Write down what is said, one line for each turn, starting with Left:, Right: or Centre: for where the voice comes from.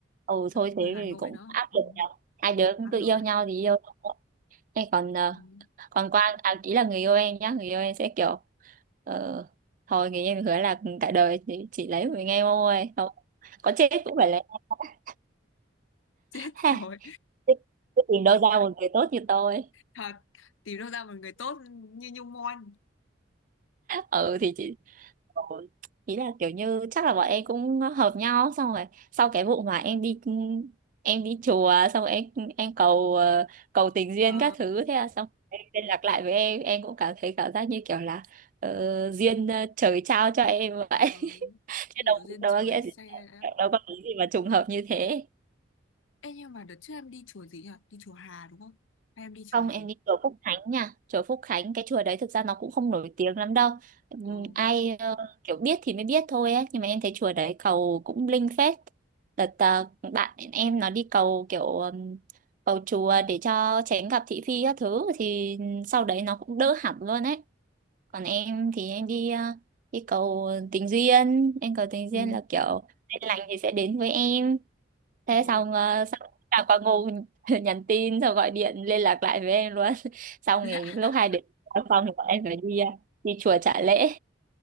Right: ừ
Left: Nó
Right: thôi
Left: cũng
Right: thế
Left: người Hà
Right: thì
Left: Nội
Right: cũng
Left: nữa
Right: áp
Left: ừ.
Right: lực nhở hai đứa cũng
Left: áp
Right: tự
Left: lực
Right: yêu
Left: ấy
Right: nhau thì yêu thôi. Em còn ờ,
Left: ừ. <laughs>
Right: còn Quang à, ý là người yêu em nhá người yêu em sẽ kiểu ờ, thôi người yêu em hứa là cả đời chỉ, chỉ lấy của mình em thôi không có chết cũng phải lấy <laughs>
Left: chết
Right: Ha,
Left: rồi
Right: thế- thế tìm đâu ra một người tốt như tôi
Left: thật tìm đâu ra một người tốt như Nhung Mon
Right: ừ thì chị Ừ. ý là kiểu như chắc là bọn em cũng hợp nhau xong rồi sau cái vụ mà em đi em đi chùa xong rồi em em cầu ờ, cầu tình duyên
Left: ờ
Right: các thứ thế là xong em liên lạc lại với em em cũng cảm thấy cảm giác như kiểu là ờ, duyên ờ, trời trao cho em vậy
Left: Ờ,
Right: <laughs> chứ
Left: kiểu
Right: đâu
Left: duyên
Right: đâu
Left: trời
Right: có nghĩa
Left: xe
Right: gì
Left: đấy. á.
Right: đâu có cái gì mà trùng hợp như thế
Left: Ê nhưng mà đợt trước em đi chùa gì nhỉ? Đi chùa Hà đúng không? Hay em đi chùa
Right: Không, em
Left: gì?
Right: đi chùa Phúc Khánh nha. Chùa Phúc Khánh, cái chùa đấy thực ra nó cũng không nổi tiếng lắm đâu. Ừm,
Left: Ừ.
Right: Ai ờ, kiểu biết thì mới biết thôi ấy. Nhưng mà em thấy chùa đấy cầu cũng linh phết. Đợt ờ, bạn em nó đi cầu kiểu ừm, cầu chùa để cho tránh gặp thị phi các thứ. Thì sau đấy nó cũng đỡ hẳn luôn ấy. Còn em thì em đi ờ, đi cầu tình duyên. Em cầu tình
Left: Ừ.
Right: duyên là kiểu duyên lành thì sẽ đến với em thế
Left: Ồ.
Right: xong uh, xong là quả ngu <laughs> nhắn tin xong gọi điện liên lạc lại với em luôn <laughs> xong
Left: <laughs> Lạ.
Right: thì lúc hai đứa ở phòng thì bọn em phải đi ờ, đi chùa trả lễ